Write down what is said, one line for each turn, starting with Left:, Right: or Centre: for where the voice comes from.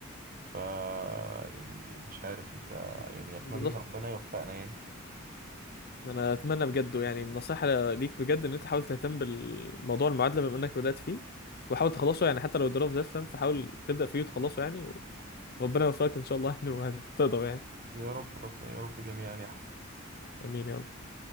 Right: ف يعني مش عارف انت يعني اتمنى
Left: بالظبط
Right: ربنا يوفقنا يعني
Left: انا اتمنى بجد يعني النصيحه ليك بجد ان انت حاول تهتم بالموضوع المعادله بما انك بدات فيه وحاول تخلصه يعني حتى لو الدراسه زاد فاهم فحاول تبدا فيه وتخلصه يعني وربنا يوفقك ان شاء الله يعني وهتقدر يعني
Right: يا رب رب يا رب جميعا يا أحمد.
Left: امين يا رب